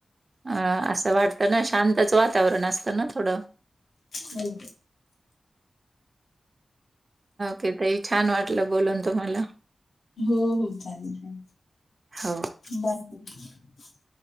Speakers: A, on the right; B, on the left.
A: अ असं वाटतं ना शांतच वातावरण असत ना थोडं
B: हो
A: के तही छान वाटलं बोलून तुम्हाला
B: हो हो चालेल चालेल
A: होा
B: बाय ब